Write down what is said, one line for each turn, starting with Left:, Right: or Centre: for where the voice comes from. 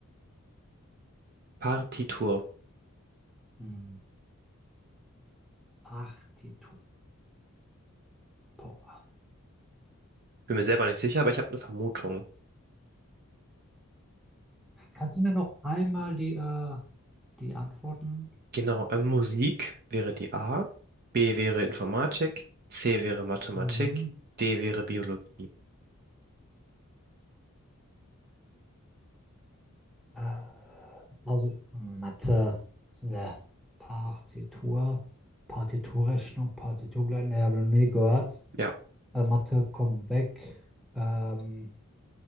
Right: Partitur.
Centre: Hm. party Boah.
Right: Bin mir selber nicht sicher, aber ich habe eine Vermutung.
Centre: Kannst du mir noch einmal die, äh, die Antworten?
Right: Genau, ähm, Musik wäre die A, B wäre Informatik, C wäre Mathematik,
Centre: Mhm.
Right: D wäre Biologie.
Centre: Äh, Also Mathe, ne, Partitur, Partiturrechnung, Partiturgleichen, ne, habe ich noch nie gehört.
Right: Ja,
Centre: Äh, Mathe kommt weg. Ähm,